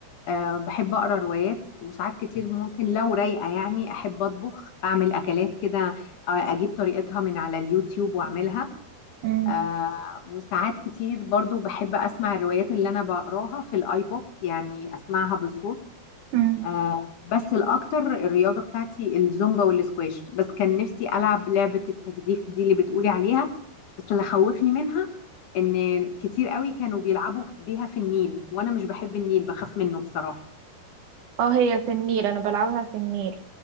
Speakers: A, on the left; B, on the right.
A: أه بحب أقرأ روايات وساعات كتير ممكن لو رايقة يعني أحب أطبخ أعمل أكلات كده آه، أجيب طريقتها من على اليوتيوب وأعملها
B: مم.
A: آه وساعات كتير برضو بحب أسمع الروايات اللي أنا بقراها في الآيبوك يعني أسمعها بصوت
B: مم.
A: آه بس الأكتر الرياضة بتاعتي الزومبا والسكواش بس كان نفسي ألعب لعبة التجديف دي اللي بتقولي عليها بس اللي خوفني منها إن كتير قوي كانوا بيلعبوا بيها في النيل وأنا مش بحب النيل بخاف منه بصراحة
B: اه هي في النيل انا بلعبها في النيل